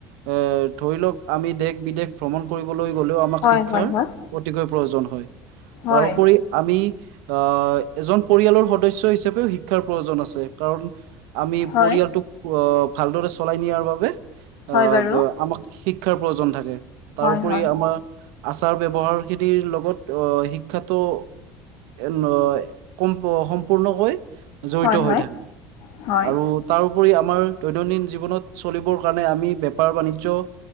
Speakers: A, on the right; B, on the left.
A: এ ধৰি লওক আমি দেশ বিদেশ ভ্ৰমণ কৰিবলৈ গ'লেও আমাক
B: হয়
A: শিক্ষাৰ
B: হয়
A: অতিকৈ প্ৰয়োজন হয়।
B: হয়
A: তাৰোপৰি
B: হয়
A: আমি আহ এজন পৰিয়ালৰ সদস্য হিচাপেও শিক্ষাৰ প্ৰয়োজন আছে কাৰণ আমি
B: হয়
A: পৰিয়ালটোক অ ভালদৰে চলাই নিয়াৰ বাবে।
B: হয়
A: আহ
B: বাৰু
A: আমাক শিক্ষাৰ প্ৰয়োজন থাকে।
B: হয়
A: তাৰোপৰি
B: হয়
A: আমা আচাৰ ব্যৱহাৰ খিনিৰ লগত অহ শিক্ষাটো <unintelligible> কম সম্পূৰ্ণকৈ জঢ়িত
B: হয়
A: হৈ থাকে
B: হয়
A: আৰু তাৰোপৰি আমাৰ দৈনন্দিন জীৱনত চলিবৰ কাৰণে আমি বেপাৰ বাণিজ্য